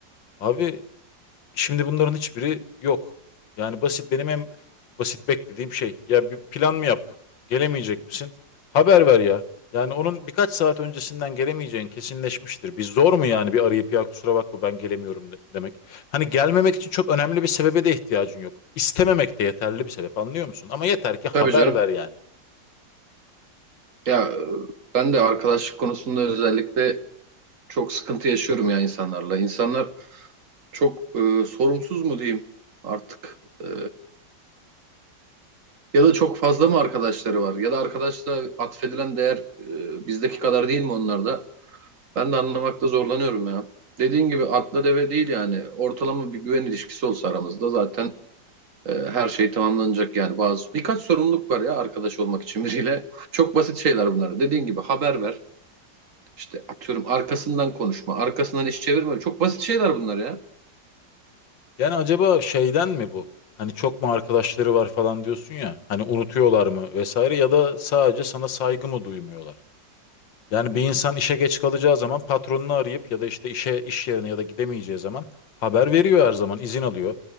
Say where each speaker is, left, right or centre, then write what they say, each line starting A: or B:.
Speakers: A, on the left (about 85°); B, on the right (about 50°).
A: Abi şimdi bunların hiçbiri yok. Yani basit benim en basit beklediğim şey. Ya bir plan mı yaptık? Gelemeyecek misin? Haber ver ya. Yani onun birkaç saat öncesinden gelemeyeceğin kesinleşmiştir. Bir zor mu yani bir arayıp ya kusura bakma ben gelemiyorum de- demek. Hani gelmemek için çok önemli bir sebebe de ihtiyacın yok. İstememek de yeterli bir sebep anlıyor musun? Ama yeter ki haber
B: Tabii canım.
A: ver yani.
B: Ya e, ben de arkadaşlık konusunda özellikle çok sıkıntı yaşıyorum ya insanlarla. İnsanlar çok e, sorumsuz mu diyeyim artık? E, ya da çok fazla mı arkadaşları var? Ya da arkadaşla atfedilen değer e, bizdeki kadar değil mi onlarda? Ben de anlamakta zorlanıyorum ya. Dediğin gibi atla deve değil yani. Ortalama bir güven ilişkisi olsa aramızda zaten Ee, her şey tamamlanacak yani bazı birkaç sorumluluk var ya arkadaş olmak için biriyle. Çok basit şeyler bunlar. Dediğin gibi haber ver. İşte atıyorum arkasından konuşma, arkasından iş çevirme. Çok basit şeyler bunlar ya.
A: Yani acaba şeyden mi bu? Hani çok mu arkadaşları var falan diyorsun ya. Hani unutuyorlar mı vesaire ya da sadece sana saygı mı duymuyorlar? Yani bir insan işe geç kalacağı zaman patronunu arayıp ya da işte işe iş yerine ya da gidemeyeceği zaman haber veriyor her zaman izin alıyor.